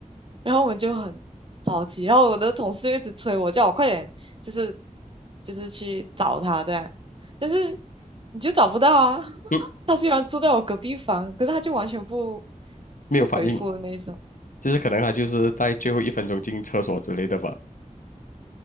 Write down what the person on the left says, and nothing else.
嗯，
没有反应，
就是可能他就是在最后一分钟进厕所之类的吧。